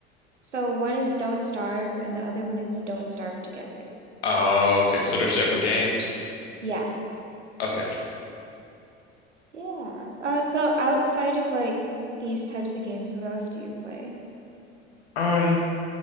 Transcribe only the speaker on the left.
Oh, okay. So they're separate games.
Okay.
Um,